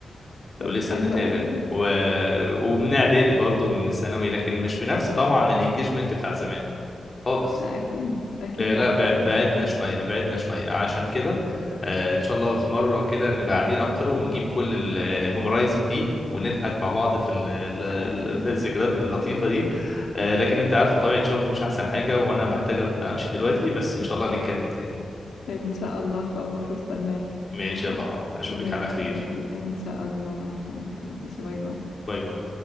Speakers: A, on the left (about 80°); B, on the left (about 25°).
A: طب
B: لو لسه
A: حلو
B: بنتقابل
A: قوي
B: و... ومن اعدادي برضه ومن الثانوي لكن مش بنفس طبعا الانجيجمنت بتاع زمان خالص
A: اكيد اكيد
B: آه، لا
A: على
B: ب-
A: حسب المرحلة
B: بعدنا شويه بعدنا شويه عشان كده آه، ان شاء الله في مره كده نبقى قاعدين اكتر ونجيب كل ال- الميمورايز دي ونضحك مع بعض في ال... ال-
A: ايوه
B: في الذكريات اللطيفه دي آه، لكن انت عارفه طبيعه شغلي مش احسن حاجه وانا محتاجه امشي دلوقتي بس ان شاء الله نتكلم تاني
A: ان شاء الله خلاص استناك
B: ماشي يا ضحى اشوفك
A: ماشي
B: على خير
A: عبد الحليم ان شاء الله ربنا يخليك ماشي باي باي
B: باي باي